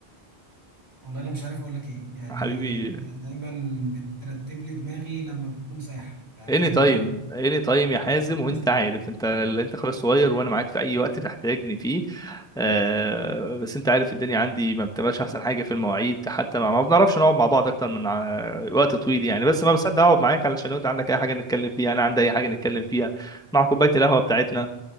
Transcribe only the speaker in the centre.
حبيبي
اني تايم
اني تايم يا حازم
وانت عارف انت اللي انت اخويا الصغير وانا معاك في اي وقت تحتاجني فيه آه بس انت عارف الدنيا عندي ما بتبقاش احسن حاجه في المواعيد حتى ما, ما بنعرفش نقعد مع بعض اكتر من آه، وقت طويل يعني بس ما بصدق اقعد معاك علشان لو انت عندك اي حاجه نتكلم فيها انا عندي اي حاجه نتكلم فيها مع كوبايه القهوه بتاعتنا